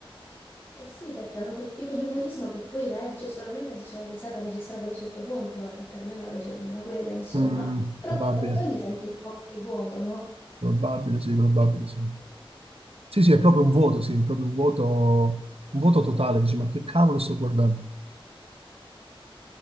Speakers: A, on the left; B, on the right.
A: Eh sì, perché hanno quel tipo di umorismo che poi regge solamente se c'è la risata registrata di sottofondo, e per me non regge nemmeno quella, insomma.
B: Mm,
A: Però
B: probabile,
A: quando la togli senti un po' anche il vuoto, no?
B: probabile, sì, probabile, sì. Sì, sì, è proprio un vuoto, sì, è proprio un vuoto, un vuoto totale, dici, ma che cavolo sto guardando?